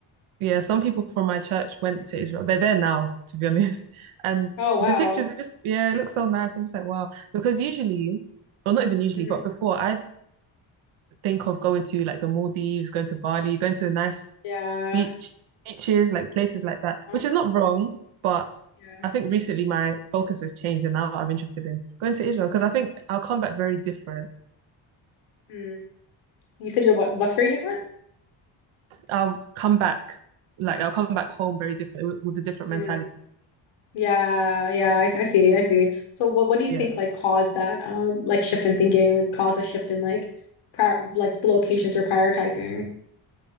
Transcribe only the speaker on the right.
Yeah, some people from my church went to Israel. They're there now, to be <laughs> honest. And
the pictures are just, yeah, it looks so nice. I'm just like, wow. Because usually, or not even usually,
but before, I'd think of going to like the Maldives, going to Bali, going to nice
beach beaches, like places like that,
which is not wrong, but
I think recently my focus has changed and now I'm interested in going to Israel because I think I'll come back very different.
I'll come back, like I'll come back home very different with, with a different
mentality.
Yeah.